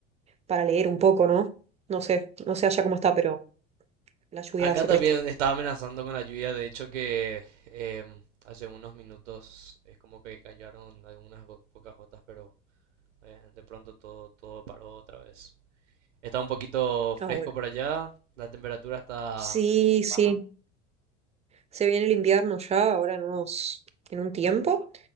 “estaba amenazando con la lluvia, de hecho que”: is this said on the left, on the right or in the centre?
Right